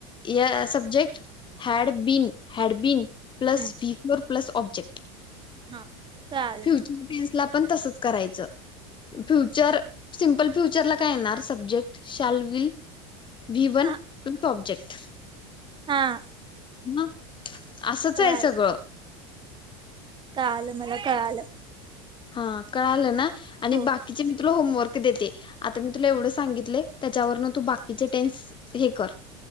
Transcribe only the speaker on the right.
Hmm
हा कळालं.
हा
हा..
कळालं,
कळालं मला कळालं.
हो